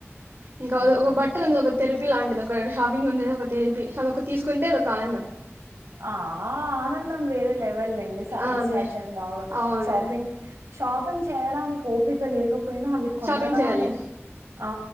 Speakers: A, on the right; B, on the right.
A: ఇంకా
B: హ్మ్.
A: ఒక బట్టలు ఉ ఒక తెరిపి లాంటిది ఒక షాపింగ్ ఉండది ఒక తెరిపి అదొక తీసుకుంటే అదొక ఆనందం
B: ఆ ఆనందం వేరలే లేండి సాటిస్ఫాక్షన్
A: ఆ అదే
B: బాగా
A: అవును అదే
B: షాపింగ్ షాపింగ్ చేయడానికి ఓపిక లేకపో పోయినా అవి కొనడాన్ని
A: షాపింగ్ చేయాలి
B: ఆ